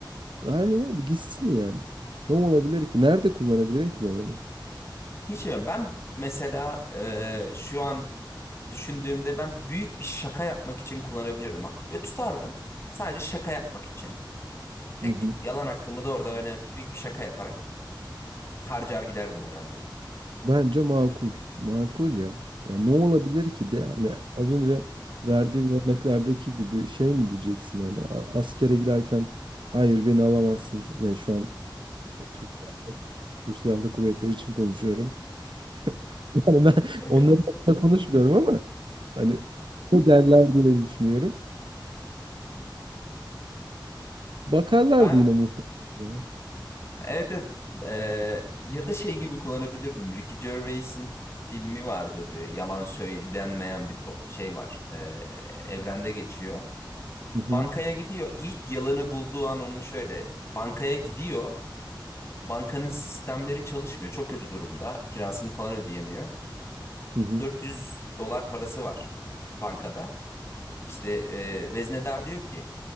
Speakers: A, on the right; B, on the left.
A: Aynen abi gitsin yani. Ne olabilir ki? Nerede kullanabilirim ki ben onu?
B: Hiç mi? Ben mesela e, şu an düşündüğümde ben büyük bir şaka yapmak için kullanabilirdim. Böyle tutardım. Sadece şaka yapmak için. Tek
A: Hı hı.
B: yalan hakkımı da orada öyle büyük bir şaka yaparak harcar giderdim herhalde.
A: Bence makul. Makul ya. Ya ne olabilir ki de Yani az önce verdiğim örneklerdeki gibi şey mi diyeceksin hani a- askere giderken hayır beni alamazsınız. Ya şu an Türk, Türk Silahlı Kuvvetleri için konuşuyorum. <laughs> Yani ben onların
B: <laughs>
A: hakkında konuşmuyorum ama hani ne derler diye düşünüyorum. Bakarlardı
B: Ben
A: yine muhtemelen. ya.
B: Evet evet. Ee, ya da şey gibi kullanabilirdim. Ricky Gervais'in filmi vardı bir yalan söylenmeyen bir to- şey var. Ee, evrende geçiyor.
A: Hı hı,
B: Bankaya gidiyor. İlk yalanı bulduğu an onun şöyle. Bankaya gidiyor. Bankanın sistemleri çalışmıyor. Çok kötü durumda. Kirasını falan ödeyemiyor.
A: hı hı,
B: 400 dolar parası var bankada. İşte e, veznedar diyor ki